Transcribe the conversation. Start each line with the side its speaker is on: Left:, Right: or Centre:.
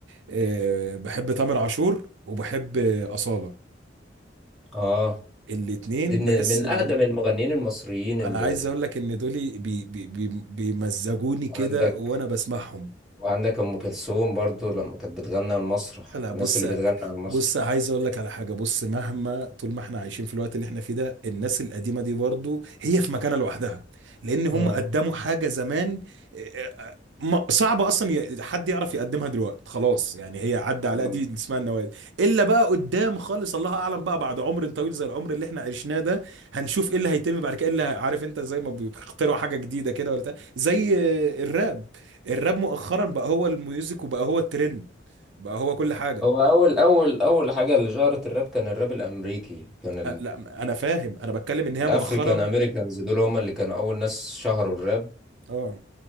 Right: آه، بحب تامر عاشور وبحب آه، اصاله
Centre: اه
Right: الاتنين
Centre: دي من
Right: بحس
Centre: من
Right: ان
Centre: أقدم المغنيين المصريين اللي
Right: انا عايز اقول لك ان دول بي بي بي بيمزجوني كده
Centre: وعندك
Right: وانا بسمعهم
Centre: وعندك أم كلثوم برضو لما كانت بتغني على المسرح
Right: لا بص
Centre: الناس اللي بتغني على المسرح
Right: بص عايز اقول لك على حاجه بص مهما طول ما احنا عايشين في الوقت اللي احنا فيه ده الناس القديمه دي برضو هي في مكانه لوحدها لان هم
Centre: مم.
Right: قدموا حاجه زمان آه، ما- صعب اصلا ي- حد يعرف يقدمها دلوقتي خلاص يعني هي عدى على
Centre: تمام.
Right: دي اسمها النوادي الا بقى قدام خالص الله اعلم بقى بعد عمر طويل زي العمر اللي احنا عشناه ده هنشوف ايه اللي هيتم بعد كده إيه اللي ه- عارف انت زي ما بيخترعوا حاجه جديده كده ولا بتاع. زي آه، الراب الراب مؤخرا بقى هو الميوزك وبقى هو الترند بقى هو كل حاجه
Centre: هو أول أول أول حاجة اللي شهرت الراب كان الراب الأمريكي كان
Right: أه لا انا فاهم انا بتكلم ان هي
Centre: الافريكان
Right: مؤخرا
Centre: امريكانز دول هم اللي كانوا اول ناس شهروا الراب
Right: اه